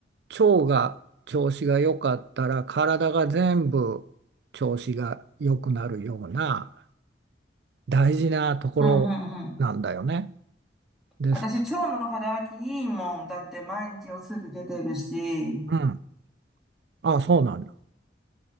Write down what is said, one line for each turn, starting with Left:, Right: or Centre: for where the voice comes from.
Right: 腸が調子が良かったら体が全部調子が良くなるような大事なところなんだよね。
Centre: うん、うん。
Right: です。
Centre: 私、腸の働きいいもん。だって毎日お通じ出てるし、
Right: うん。あ、そうなんだ。